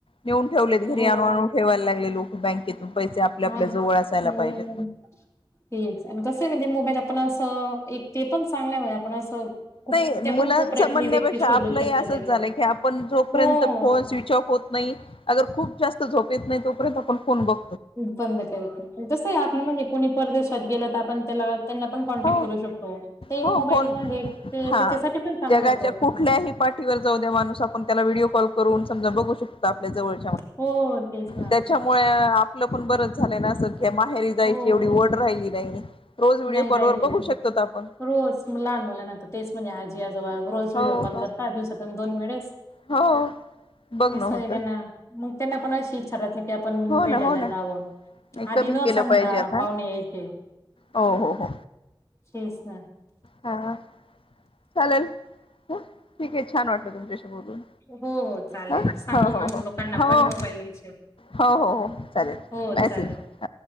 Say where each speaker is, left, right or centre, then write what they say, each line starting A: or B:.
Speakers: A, on the left (about 70°); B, on the left (about 30°).
A: नेऊन ठेवलेत घरी
B: हो
A: आणू अ आणू. बँकेतून पैसे आपल्या
B: हा
A: आपल्या जवळ असायला
B: मग
A: पाहिजेत.
B: तेच आणि कस म्हणजे मोबाईल आपण असं एक ते पण चांगलंय म्हणजे आपण असं खूप
A: नाही मुलांच
B: ते पण कोपऱ्यातली
A: म्हणण्यापेक्षा
B: व्यक्ती शोधू
A: आपलंही
B: शकतो
A: असंच
B: त्याच्यात.
A: झालंय की आपण जोपर्यंत
B: हो.
A: फोन स्विच ऑफ होत नाही. आगर खूप जास्त झोपेत येत नाही तोपर्यंत आपण फोन बघ
B: बंद करायच. कस आपलं म्हणजे कोणी परदेशात गेलो तर आपण त्याला त्यांना कॉन्टॅक्ट
A: हो
B: करू शकतो. ते
A: हो
B: मोबाईल
A: फोन
B: मध्ये त्याच्यासाठी
A: हा
B: पण चांगला
A: जगाच्या
B: ये तो
A: कुठल्याही पाठीवर जाऊ द्या माणूस आपण त्याला व्हिडिओ कॉल करून समजा बघू शकता आपल्या जवळ
B: हो तेच ना.
A: त्याच्या मू होय, आपलं पण बरंच झालंय ना अस. माहेरी जायची
B: हो
A: एवढी ओढ राहिली नाही. रोज वर
B: नाही राहिले.
A: बघू शकतो आपण.
B: रोज लहान मुलाना तर तेच म्हणजे आजी आजोबा रोज
A: हो
B: व्हिडिओ कॉल
A: हो
B: करता दिवसातून दोन वेळेस.
A: हो बघ
B: <unintelligible> त्यां
A: न होत
B: ना मग त्यांना पण अशी इच्छा रहात नाही की आपण
A: हो
B: भेटायला
A: ना हो ना
B: जावं.
A: नाही
B: आधी
A: कमी
B: न
A: केलं पाहिजे आता
B: पाहुणे यायचे.
A: हो हो हो
B: तेच ना.
A: हा चालेल ठीक आहे छान वाटलं तुमच्याशी बोलून
B: हो हो चालेल
A: ह
B: सांगू
A: हो हो
B: मग
A: हो
B: लोकांना
A: हो
B: पण मोबाईल
A: हो
B: विषयी
A: हो हो चालेल
B: हो
A: मेसेज
B: चालेल.
A: ह